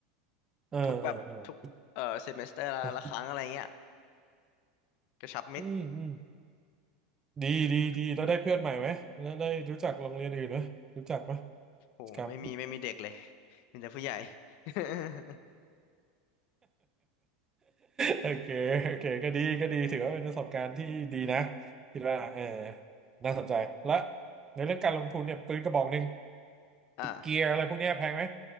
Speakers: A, on the right (about 15°); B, on the left (about 50°).
A: เออเออเออเออ
B: ทุกแบบทุกเออเซมิสเตอร์ละละครั้งอะไรเงี้ย
A: เออ
B: กระชับมิตร
A: อืมอืม ดีดีดีแล้วได้เพื่อนใหม่ไหมแล้วได้รู้จักโรงเรียนอื่นไหมรู้จักไหม
B: โหไม่มีไม่มีเด็กเลย
A: กิจกรร <laughs>
B: มีแต่ผู้ใหญ่ <laughs>
A: โอเคโอเคก็ดีก็ดีถือว่าเป็นประสบการณ์ที่ดีนะคิดว่าเออน่าสนใจและในเรื่องการลงทุนเนี่ยปืนกระบอกหนึ่ง
B: อ่ะ
A: เกียร์อะไรพวกเนี้ยแพงไหม